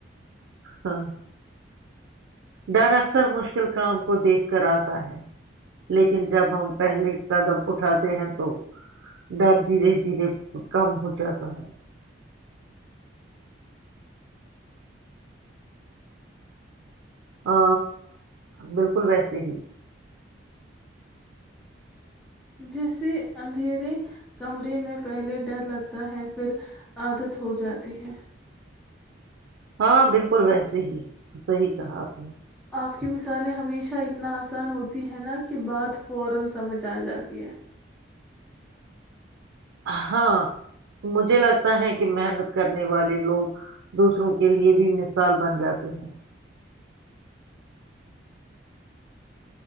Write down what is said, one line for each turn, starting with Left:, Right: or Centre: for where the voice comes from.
Right: ہاں ڈر اکثر مشکل کام کو دیکھ کر آتا ہے لیکن جب ہم پہلے قدم اٹھاتے ہیں تو ڈر دھیرے دھیرے کم ہو جاتا ہے ہ بالکل ویسے ہی
Centre: جیسے اندھیرے کمرے میں پہلے ڈر لگتا ہے پھر عادت ہو جاتی ہے
Right: ہاں بالکل ویسے ہیس ہی کہا آپ نے
Centre: آپ کی مثالیں ہمیشہ اتنا آسان ہوتی ہے نا کہ بات فورا سمجھ آ جاتی ہے
Right: ہاں مجھے لگتا ہے کہ محنت کرنے والے لوگ دوسروں کے لیے بھی مثال بن جاتے ہیں